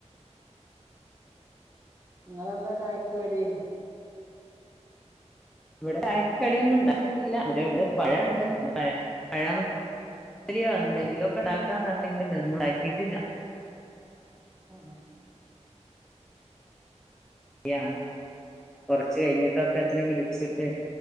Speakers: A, on the right; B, in the centre.
A: ങ്ങളെന്താ ചായക്ക് കടി
B: വടെ ചായക്ക് കട്യോന്നും ണ്ടാക്കിട്ടില്ല അവിടെണ്ട് പഴണ്ട് ന്ന് പഴം പഴം രിയോ ന്തെങ്കിലൊക്കെ ണ്ടാക്കാന്നർഞ്ഞിക്ക്ണ്ട് ന്നും ണ്ടാക്കിട്ടില്ല
A: ആഹ്
B: ഞാൻ കൊറച്ച് കഴിഞ്ഞിട്ടൊക്കെ ത്തിനിം വിളിച്ചിട്ട്